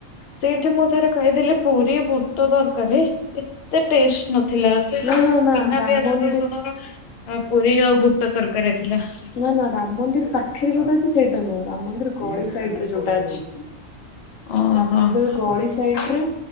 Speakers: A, on the left; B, on the left.
A: ସେଇଠି ମୁଁ ଥରେ ଖାଇଥିଲି ପୁରୀ ବୁଟ ଦରକାରୀ। ଏତେ ଟେଷ୍ଟ ନଥିଲା ସେଇଟା
B: ନା
A: ହଉଛି
B: ନା ନା
A: ବିନା
B: ରାମ
A: ପିଆଜ
B: ମନ୍ଦିର
A: ରଶୁଣ ର ପୁରୀ ଆଉ ବୁଟ ତରକାରୀ ଥିଲା।
B: ନା ନା ରାମ ମନ୍ଦିର ପା ଖରେ ଯୋଉଟା ଅଛି ସେଇଟା ନୁହଁ ରାମ ମନ୍ଦିର ଗଳି ସାଇଡରେ ଯୋଉଟା ଅଛି
A: ଓହୋ।
B: ରାମ ମନ୍ଦିର ଗଳି ସାଇଟ ରେ